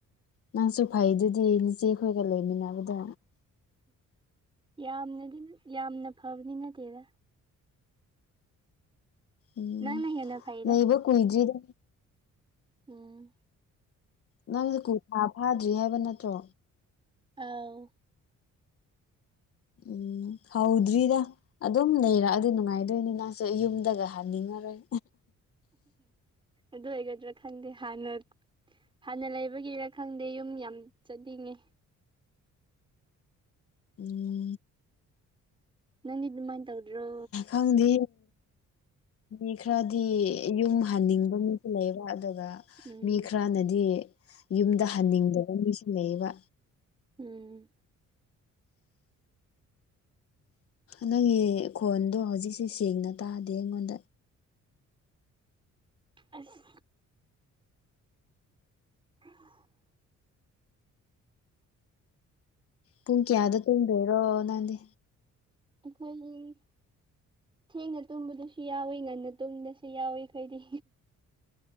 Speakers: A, on the left; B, on the right.
A: ꯅꯪꯁꯨ ꯐꯩꯗꯨꯗꯤ ꯅꯆꯦꯈꯣꯏꯒ ꯂꯩꯃꯤꯟꯅꯕꯗꯣ
B: ꯌꯥꯝꯅꯗꯤ ꯌꯥꯝꯅ ꯐꯕꯅꯗꯤ ꯅꯠꯇꯦꯗ
A: ꯎꯝ
B: ꯅꯪꯅ ꯍꯦꯟꯅ ꯐꯩꯗ
A: ꯂꯩꯕ ꯀꯨꯏꯗ꯭ꯔꯤꯗ
B: ꯎꯝ
A: ꯅꯪꯖꯨ ꯀꯨꯐꯥ ꯐꯥꯗ꯭ꯔꯤ ꯍꯥꯏꯕ ꯅꯠꯇ꯭ꯔꯣ
B: ꯑꯥꯎ
A: ꯎꯝ ꯍꯧꯗ꯭ꯔꯤꯗ ꯑꯗꯨꯝ ꯂꯩꯔꯛꯑꯗꯤ ꯅꯨꯡꯉꯥꯏꯗꯣꯏꯅꯤ ꯅꯪꯁꯨ ꯌꯨꯝꯗꯒ ꯍꯟꯅꯤꯡꯉꯔꯣꯏ
B: ꯑꯗꯨ ꯑꯣꯏꯒꯗ꯭ꯔꯥ ꯈꯪꯗꯦ ꯍꯥꯟꯅ ꯍꯥꯟꯅ ꯂꯩꯕꯒꯤꯔ ꯈꯪꯗꯦ ꯌꯨꯝ ꯌꯥꯝ ꯆꯠꯅꯤꯡꯉꯦ
A: ꯎꯝ
B: ꯅꯪꯗꯤ ꯗꯨꯃꯥꯏ ꯇꯧꯗ꯭ꯔꯣ
A: ꯈꯪꯗꯦ ꯅꯨꯃꯤꯠ ꯈꯔ ꯗꯤ ꯌꯨꯝ ꯍꯟꯅꯤꯡꯕ ꯃꯤꯁꯨ ꯂꯩꯌꯦꯕ ꯑꯗꯨꯒ
B: ꯎꯝ
A: ꯃꯤ ꯈꯔꯅꯗꯤ ꯌꯨꯝꯗ ꯍꯟꯅꯤꯡꯗꯕ ꯃꯤꯁꯨ ꯂꯩꯌꯦꯕ
B: ꯎꯝ <inaudible>
A: ꯅꯪꯒꯤ ꯈꯣꯟꯗꯣ ꯍꯧꯖꯤꯛꯁꯨ ꯁꯦꯡꯅ ꯇꯥꯗꯦ ꯑꯩꯉꯣꯟꯗ
B: ꯑꯁ <inaudible>
A: ꯄꯨꯡ ꯀꯌꯥꯗ ꯇꯨꯝꯗꯣꯏꯔꯣ ꯅꯪꯗꯤ
B: ꯑꯩꯈꯣꯏꯒꯤ ꯊꯦꯡꯅ ꯇꯨꯝꯕꯗꯁꯨ ꯌꯥꯎꯏ ꯉꯟꯅ ꯇꯨꯝꯅꯤꯡꯉꯁꯨ ꯌꯥꯎꯏ ꯈꯣꯏꯗꯤ